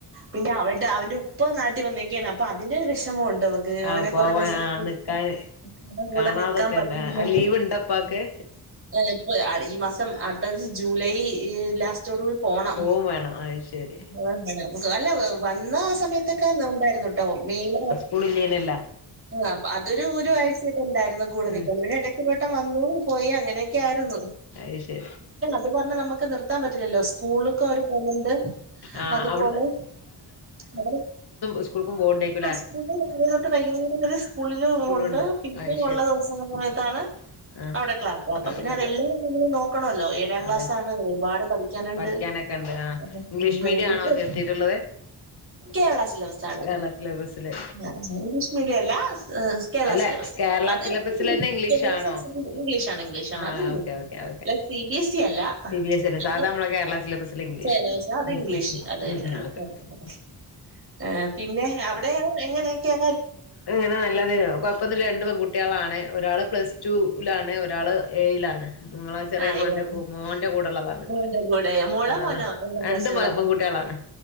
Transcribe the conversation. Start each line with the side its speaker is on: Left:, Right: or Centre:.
Right: പിന്നെ അവടെ അവന്റെ ഉപ്പ നാട്ടി വന്നേക്കയാണ് അപ്പൊ അതിന്റെ ഒരു വിഷമുണ്ട് <unintelligible>
Left: ആ
Right: അവനെ
Left: പോവാൻ
Right: കൊറെേ ദിവസം
Left: ആ
Right: ഇപ്പം
Left: നിക്കാന്
Right: കൂടെ
Left: കാണാതൊക്കെണ്ട്
Right: നിക്കാൻ പറ്റുന്നില്ല
Left: ആ
Right: <unintelligible>
Left: ലീവ് ഇണ്ടപ്പാക്ക്
Right: ഈ മാസം അടുത്ത ജൂലൈ ഈ ലാസ് റ്റോട കൂടി പോണം
Left: പോവും വേണം അയ്ശരി
Right: <unintelligible> ‌ അല്ല വന്ന ആ സമയത്തൊക്കെ നോമ്പായിരുന്നുട്ടോ മെയ്
Left: പുളില്ലിയനല്ല
Right: ആഹ് പ്പ അതൊരു ഒരു ആഴ്ചയൊക്കെ ഉണ്ടായിരുന്നു കൂടെ
Left: ഉം
Right: നിക്കാൻ പിന്നെ ഇടയ്ക്ക്‌ ഒരു വട്ടം വന്നു പോയി അങ്ങനെയൊക്കെ ആര് രുന്നു
Left: അത് ശരി
Right: സത്യം പറഞ്ഞ നമക്ക് നിർ ത്താൻ പറ്റില്ലല്ലോ സ്കൂളൊക്കെ അവര് പോലുണ്ട്
Left: ആഹ്
Right: അതുപോലെ
Left: അവ്ട്
Right: അവര്
Left: ഇസ്കൂൾക്കും പോകണ്ടെരിക്കും ല്ലേ
Right: സ്കൂളില് രാവിലെ തൊട്ട് വൈകുന്നേരം വരെ സ്കൂളില്
Left: സ്കൂളുണ്ട്
Right: ഉണ്ട് പിന്നെ
Left: അയ്ശരി
Right: ഉള്ള ദിവസങ്ങളിലെ സമയത്താണ്
Left: ആഹ്
Right: അവിടെ ക്ലാസ് മൊത്തം
Left: ക്ലാസ്ള്ള
Right: പിന്നെ അതെല്ലാം നമ്മള് നോക്കണല്ലോ ഏഴാം ക്ലാസ്
Left: അതെ
Right: ആണ് ഒരുപാട് പഠി ക്കാന്ണ്ട്
Left: പഠിക്കാനൊക്കെ ഉണ്ട് ആഹ്
Right: <unintelligible>
Left: ഇംഗ്ലീഷ് മീഡിയം ആണോ ചേർത്തിട്ടുള്ളത്
Right: കേരളാ സിലബസ് ആണ്
Left: കേരള സിലബസില്
Right: ആഹ് ഇംഗ്ലീഷ് മീഡിയം അല്ല കേരള
Left: അല്ല
Right: സിലബസ്
Left: കേരള
Right: അത്
Left: സിലബസിലെന്നെ
Right: <unintelligible>
Left: ഇംഗ്ലീഷാണോ
Right: ഇംഗ്ലീഷാണ് ഇംഗ്ലീഷാണ്
Left: ആഹ്
Right: അത് ഇംഗ്ലീഷ്
Left: ഓക്കെ ഓക്കെ
Right: അല്ലാതെ
Left: ഓക്കെ
Right: സി ബി എസ് ഇ അല്ല
Left: സി ബി എസ് ഇ അല്ല
Right: അത്
Left: സാധാ നമ്മളെ കേരള സിലബസില് ഇംഗ്ലീഷ്
Right: ചേലസം അത്
Left: ഉം
Right: ഇംഗ്ലീഷ് അത്
Left: ഉം
Right: തന്നെയാണ്
Left: ഉം ഓക്കെ
Right: പഠിക്കുന്നത് ആഹ് പിന്നെ അവിടെ ഏഹ് എങ്ങനെക്കെയ
Left: അങ്ങനെ നല്ലത് കൊഴപ്പൊന്നില്ല രണ്ട് പെൺകുട്ടികളാണ് ഒരാള് പ്ലസ് ടു ലാണ് ഒരാള് ഏയിലാണ് നിങ്ങള ചെറിയ
Right: ആഹ്
Left: മോന്റെ
Right: ഏതാ
Left: മോന്റെ കൂടെ ള്ളതാനിവള്
Right: മോന്റെ കൂടെ മോളോ
Left: ആഹ്
Right: മോനോ ഏതാം
Left: രണ്ട്
Right: ക്ലാസ്സിലുള്ളത്
Left: പെ പെങ്കുട്ടികളാണ്